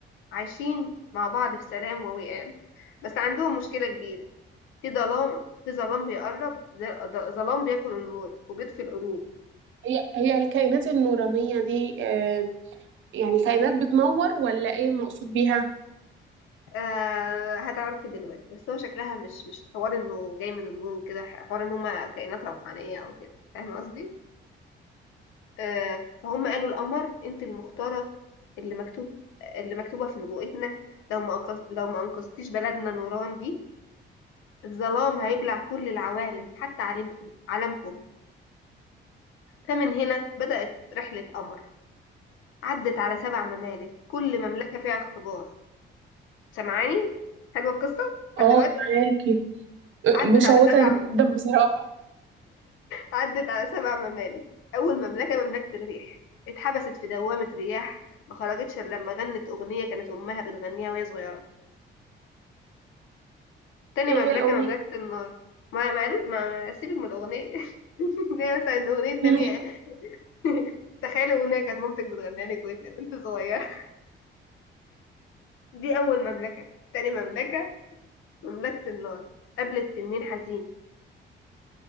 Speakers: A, on the left; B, on the right.
A: عايشين مع بعض في سلام ووئام بس عندهم مشكلة كبيرة في ظلام في ظلام بيقرب زي الأض- ظلام بياكل النور وبيطفي القلوب
B: هي هي الكائنات النورانية دي آه، يعني كائنات بتنور ولا ايه مقصود بيها
A: آه هتعرفي دلوقتي بس هو شكلها مش مش حوار انه جاي من النور وكده حوار ان هما كائنات روحانية او كده فاهمة قصدي؟ آه فهم قالوا القمر انت المختارة اللي مكتوب اللي مكتوبة في نبوءتنا لو ما أنقذ... لو ما أنقذتيش بلدنا نوران دي الظلام هيبلع كل العوالم حتى عالمكم عالمكم فمن هنا بدأت رحلة قمر عدت على سبع ممالك كل مملكة فيها اختبار سمعاني حلوة القصة لحد
B: اه
A: دلوقتي
B: معاكي
A: عدت
B: مشوقة
A: على سبع
B: جدا
A: <laughs>
B: بصراحة
A: عدت على سبع ممالك أول مملكة مملكة الريح اتحبست في دوامة رياح ما خرجتش إلا لما غنت أغنية كانت أمها بتغنيها وهي صغيرة تاني
B: ايه
A: مملكة
B: هي الأغنية
A: مملكة
B: <laughs>
A: النار ما ما ما سيبك من الأغنية <laughs> هي مثلا أغنية نامية
B: مم.
A: <laughs> تخيلي أغنية كانت مامتك بتغنيها لك وانت وانت صغيرة دي أول مملكة تاني مملكة مملكة النار قابلت تنين حزين